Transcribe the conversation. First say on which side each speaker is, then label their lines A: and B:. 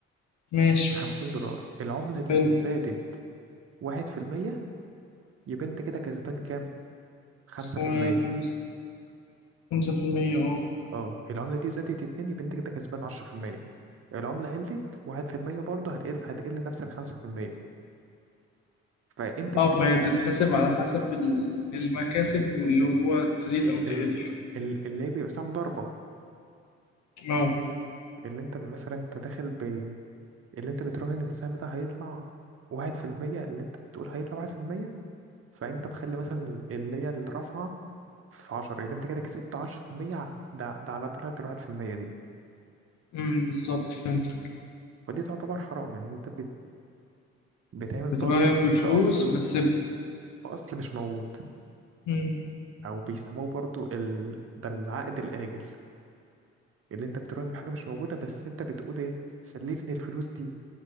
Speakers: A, on the left; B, on the right.
A: ماشي
B: بخمسين دولار العملة دي
A: حلو
B: زادت واحد في المية يبقى انت كده كسبان كام؟ خمسة
A: خ-
B: في المية
A: خمسة خمسة في المية اه
B: اه العملة دي زادت اتنين يبقى انت كده كسبان عشرة في المية العملة قلت واحد في المية برضه هتقل هتقل نفس الخمسة في المية فانت بتكسب
A: اه فهي بتتحسب على حسب ال- المكاسب واللي هو تزيد او تقل
B: ال... ال... اللي هي بيبقى سهم ضربة
A: اه
B: اللي انت مثلا انت داخل ب اللي انت بتراهن السهم ده هيطلع واحد في المية اللي انت بتقول هيطلع واحد في المية فانت مخلي مثلا اللي هي الرافعه في 10 يبقى انت كده كسبت 10% ع- ده ده على طلعت الواحد في المية دي
A: امم بالظبط فهمت
B: ودي تعتبر حرام ان انت بت بتعمل
A: بتراهن
B: برضو
A: بفلوس
B: باصل
A: بس ب...
B: باصل مش موجود
A: امم
B: او بيسموه برضو ال... ده العقد الاجل اللي انت بتراهن بحاجه مش موجوده بس انت بتقول ايه سلفني الفلوس دي